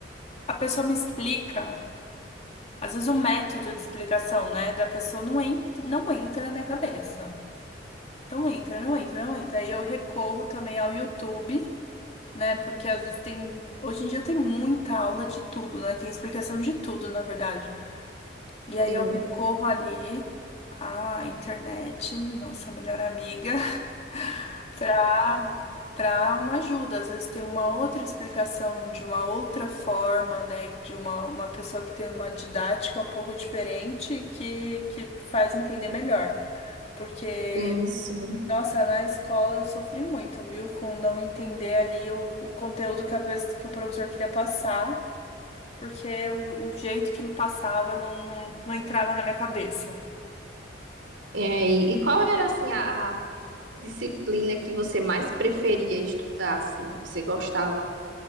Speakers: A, on the left; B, on the right.
A: a pessoa me explica, às vezes o método de explicação, né, da pessoa não, entra, não entra na minha cabeça. Então entra, não entra, não entra. Aí eu recorro também ao YouTube né? Porque às vezes tem. Hoje em dia tem muita aula de tudo, né? Tem explicação de tudo, na verdade. E aí
B: Sim,
A: eu recorro ali à internet, nossa melhor amiga, <laughs> pra, pra uma ajuda. Às vezes tem uma outra explicação de uma outra forma, né? De uma, uma pessoa que tem uma didática um pouco diferente que, que faz entender melhor. Porque
B: sim, sim.
A: nossa, na escola eu sofri muito, viu? Com não entender ali o, o conteúdo que, a, pes- que o professor queria passar, porque o, o jeito que ele passava não, não entrava na minha cabeça.
B: É, e, e qual era, assim, a, a disciplina que você mais preferia estudar, assim, que você gostava?